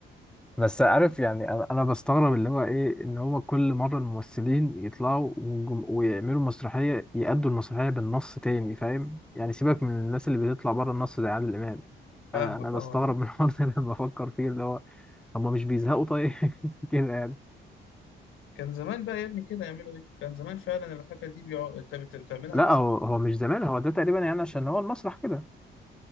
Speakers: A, in the centre; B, on the left.
A: بس عارف يعني انا انا بستغرب اللي هو ايه ان هو كل مره الممثلين يطلعوا وجم- ويعملوا مسرحيه يأدوا المسرحيه بالنص تاني فاهم يعني سيبك من الناس اللي بتطلع بره النص زي عادل امام
B: فاهمك
A: انا انا بستغرب
B: اه
A: من <laughs> الحوار ده لما بفكر فيه اللي هو هم مش بيزهقوا طيب <laughs> كده يعني
B: كان زمان بقى يا ابني كده يعملوا ايه كان زمان فعلا الحاجه دي بيقعد انت بت- بتعملها
A: لا
B: مسرح
A: هو هو مش زمان هو ده تقريبا يعني عشان هو المسرح كده